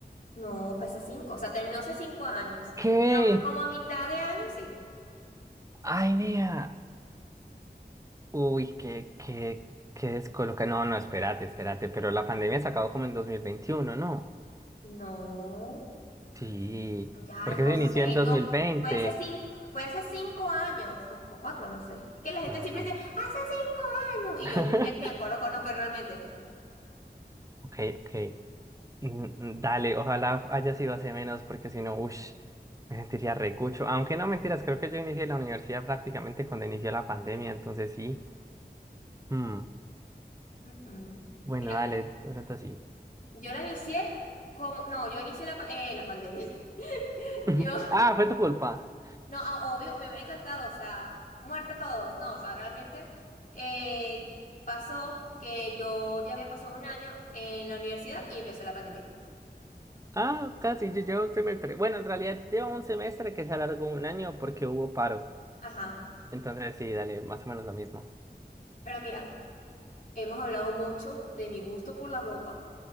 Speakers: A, on the left (about 50°); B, on the right (about 20°).
A: No, fue hace cinco, o sea, terminó hace cinco años,
B: ¿Qué?
A: pero como a mitad de año sí.
B: Ay, nea. Uy, qué, qué, qué descoloca. No, no, espérate, espérate, pero la pandemia se acabó como en 2021, ¿no?
A: No,
B: Sí,
A: no, ya,
B: porque
A: ay, no
B: se
A: sé,
B: inició en 2020.
A: no, fue hace cinco, fue hace cinco años, o, o cuatro, no sé. Que la gente
B: No,
A: siempre
B: no,
A: dice,
B: no.
A: hace cinco años, y
B: <laughs>
A: yo, yo ya ni me acuerdo cuándo fue realmente.
B: Ok, ok. Mm, mm, Dale, ojalá haya sido hace menos, porque si no, uff, me sentiría recucho. Aunque no mentiras, creo que yo inicié la universidad prácticamente cuando inició la pandemia, entonces sí. Mm,
A: Ujú.
B: Bueno,
A: Mira,
B: dale, de pronto sí.
A: yo la inicié como, no, yo inicié la, pa- eh, la pandemia. <laughs>
B: <laughs>
A: Yo,
B: Ah, fue tu culpa.
A: No, ah, obvio, me hubiera encantado, o sea, muerte todos, no, o sea, realmente eh, pasó que yo ya había pasado un año en la universidad y empezó la pandemia.
B: Ah, casi, yo llevo un semestre. Bueno, en realidad llevo un semestre que se alargó un año porque hubo paro.
A: Ajá,
B: Entonces sí, dale, más o menos lo mismo.
A: pero mira, hemos hablado mucho de mi gusto por la ropa